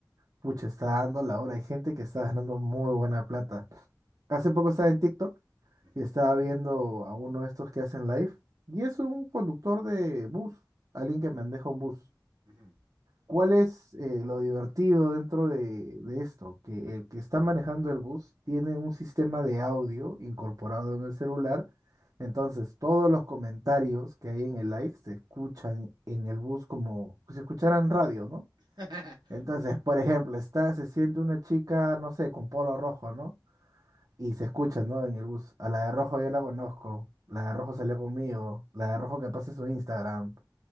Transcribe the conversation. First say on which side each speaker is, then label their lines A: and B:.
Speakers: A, on the right; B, on the right.
A: pucha, está dando la hora. Hay gente que está ganando muy buena plata. Hace poco estaba en TikTok
B: Ujú,
A: y estaba viendo a uno de estos que hacen live y es un conductor de bus, alguien que maneja un bus.
B: ujú.
A: ¿Cuál es eh, lo divertido dentro de, de esto? Que el que está manejando el bus tiene un sistema de audio incorporado en el celular, entonces todos los comentarios que hay en el live se escuchan en el bus como si escucharan radio, ¿no?
B: <laughs>
A: Entonces, <laughs> por ejemplo, está, se siente una chica, no sé, con polo rojo, ¿no? Y se escucha, ¿no? En el bus. A la de rojo yo la conozco, la de rojo salió conmigo, la de rojo que pase su Instagram.